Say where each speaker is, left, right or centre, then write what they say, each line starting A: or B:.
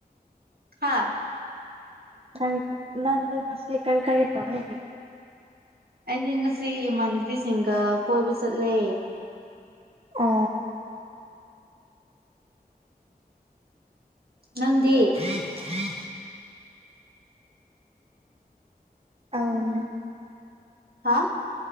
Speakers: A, on the right (about 70°); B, on the right (about 35°).
A: ꯍꯥꯥ꯫
B: ꯑꯁ ꯅꯪꯗꯤ ꯉꯁꯤ ꯀꯔ ꯀꯔꯤ ꯇꯧꯋꯦ꯫
A: ꯑꯩꯗꯤ ꯉꯁꯤ ꯏꯃꯥꯟꯅꯕꯤꯁꯤꯡꯒ ꯀꯣꯏꯕ ꯆꯠꯂꯦ꯫
B: ꯑ꯫
A: ꯅꯪꯗꯤ꯫
B: <inaudible> ꯑꯣ
A: ꯍꯥ